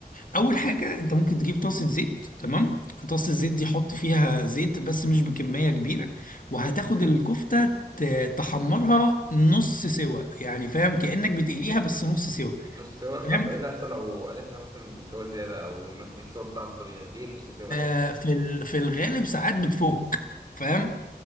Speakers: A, on the left (about 60°); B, on the right (about 25°).
A: اول حاجة انت ممكن تجيب طاسة زيت تمام طاسة الزيت دي حط فيها زيت بس مش بكمية كبيرة وهتاخد الكفتة ت- تحمرها نص سوا يعني فاهم كأنك بتقليها بس نص سوا
B: نص سوا طب
A: فاهم
B: ايه اللي هيحصل لو قالتها مثلا سوا زياده او السوا بتاعها الطبيعي دي نص سوا
A: آه
B: ايه
A: في ال- في الغالب ساعات بتفك فاهم